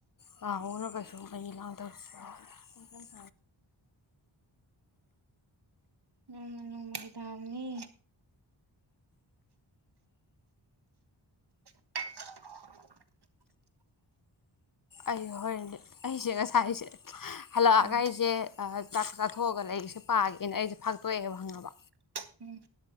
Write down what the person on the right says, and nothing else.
ꯅꯣꯡꯃ ꯅꯣꯡꯃꯒꯤ ꯗꯥꯎꯅꯤ <unintelligible>
ꯎꯝ
ꯇ ꯎꯝ